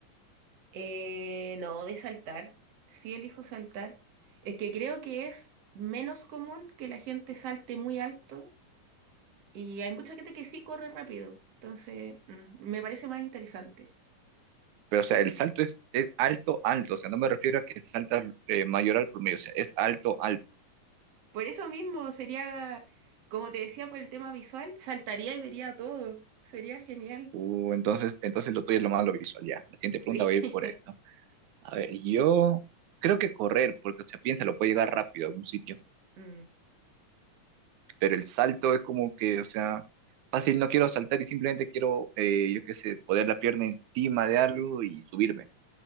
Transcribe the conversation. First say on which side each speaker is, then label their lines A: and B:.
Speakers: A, on the right; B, on the right.
A: Eh, no, de saltar. Sí elijo saltar. Es que creo que es menos común que la gente salte muy alto y hay mucha gente que sí corre rápido. Entonces, mm, me parece más interesante.
B: Pero, o sea, el salto es, es alto, alto, o sea, no me refiero a que saltas eh, mayor al promedio, o sea, es alto, alto.
A: Por eso mismo sería, como te decía, por el tema visual, saltaría y vería todo. Sería genial.
B: Uh, entonces, entonces lo tuyo es lo más lo visual, ya. La siguiente pregunta
A: Sí.
B: va a ir
A: <laughs>
B: por eso. A ver, yo creo que correr, porque, o sea, piénsalo, puede llegar rápido a algún sitio,
A: Mm,
B: pero el salto es como que, o sea, fácil, no quiero saltar y simplemente quiero, eh, yo qué sé, poner la pierna encima de algo y subirme.